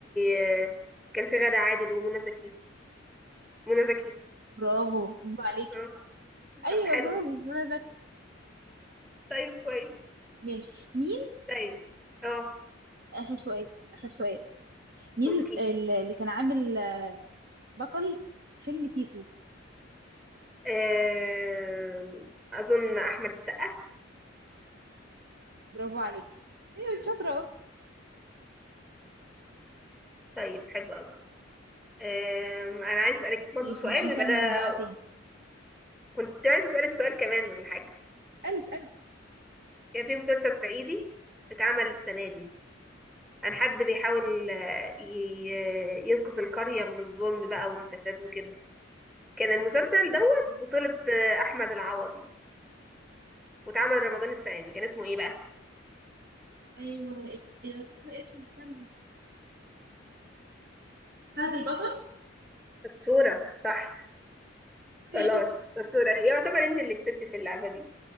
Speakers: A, in the centre; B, on the right.
A: آه، كان في غادة عادل ومنى زكي منى زكي
B: برافو برافو عليك
A: اه
B: ايوه
A: طب حلو
B: برافو منى زكي
A: طيب كويس
B: ماشي مين
A: طيب اه
B: اخر سؤال اخر سؤال مين
A: اوكي
B: ال- اللي كان عامل آه، بطل فيلم تيتو
A: آم، اظن احمد السقا
B: برافو عليك ايوه انت شاطره اهو
A: طيب حلو قوي انا عايز اسالك برضو
B: ماشي
A: سؤال
B: نبقى
A: ويبقى
B: نكمل
A: ده
B: بقى تاني
A: كنت عايز اسالك سؤال كمان ولا حاجه
B: اسالي اسالي
A: كان في مسلسل صعيدي اتعمل السنه دي عن حد بيحاول آه، ي- ينقذ القريه من الظلم بقى والفساد وكده كان المسلسل دوت
B: خلصت.
A: بطولة آه، احمد العوضي واتعمل رمضان السنه دي كان اسمه ايه بقى
B: ايوه إيه، انا فاكره اسمه استني فهد البطل
A: الصورة صح
B: <laughs>
A: خلاص أسطورة يعتبر انت اللي كسبت في اللعبة دي